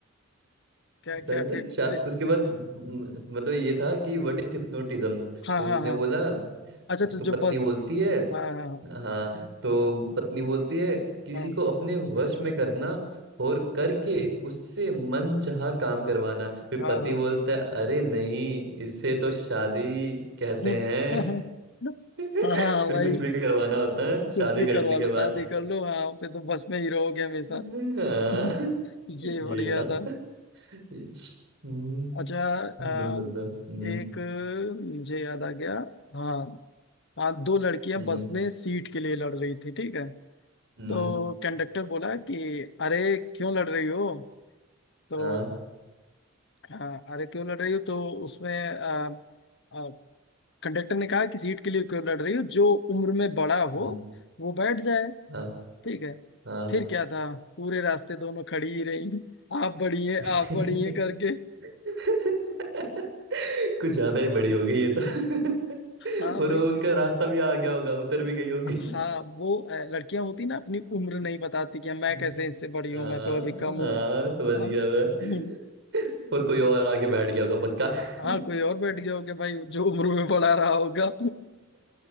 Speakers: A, on the left; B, on the right.
A: क्या
B: <laughs>
A: क्या
B: चल
A: फिर
B: शा,
A: फिर-
B: उसके बाद म- मतलब ये था कि व्हाट इज हिप्नोटिज्म
A: हाँ
B: तो
A: हाँ
B: उसने
A: हाँ
B: बोला
A: अच्छा अच्छा
B: तो पत्नी
A: जो बस
B: बोलती है
A: हाँ हाँ
B: हाँ तो पत्नी बोलती है किसी
A: हाँ हाँ
B: को अपने वश में करना और करके उससे मन चाहा काम करवाना फिर
A: हाँ
B: पति
A: हाँ
B: बोलता है अरे नहीं इससे तो शादी कहते
A: हूँ।
B: हैं
A: <laughs>
B: <laughs>
A: हाँ
B: फिर
A: भाई
B: कुछ भी करवाना होता है
A: कुछ
B: शादी
A: भी
B: करने
A: करवा
B: के
A: लो
B: बाद
A: शादी कर लो हाँ फिर तो बस में ही रहोगे हमेशा
B: <laughs>
A: <laughs>
B: हाँ
A: ये बढ़िया
B: ये था
A: था <laughs>
B: ये- हम्म
A: अच्छा अम,
B: तुम बताओ हम्म
A: एक मुझे याद आ गया हाँ हाँ दो लड़कियां
B: हम्म
A: बस में सीट के लिए लड़ रही थी ठीक है
B: हम्म
A: तो कंडक्टर बोला कि अरे क्यों लड़ रही हो तो
B: हाँ
A: हाँ अरे क्यों लड़ रही हो तो उसमें अ, अ, कंडक्टर ने कहा कि सीट के लिए क्यों लड़ रही हो जो उम्र में बड़ा हो
B: हम्म,
A: वो बैठ जाए
B: हाँ
A: ठीक है
B: हाँ
A: फिर क्या था पूरे रास्ते दोनों खड़ी ही रही आप बड़ी हैं
B: <laughs>
A: आप बड़ी हैं करके
B: <laughs> कुछ ज्यादा ही बड़ी हो गई ये तो <laughs>
A: हाँ
B: और
A: भाई
B: वो उनका रास्ता भी आ गया होगा उतर भी गई होंगी
A: हाँ वो अ, लड़कियां होती ना अपनी उम्र नहीं बताती कि
B: हम्म,
A: मैं कैसे इससे बड़ी
B: हाँ
A: हूँ मैं तो अभी कम हूँ
B: हाँ समझ
A: हाँ
B: गया
A: हम्म,
B: मैं <laughs> और कोई और आके बैठ गया होगा पक्का <laughs>
A: हाँ कोई और बैठ गया होगा भाई जो उम्र में पढ़ा रहा होगा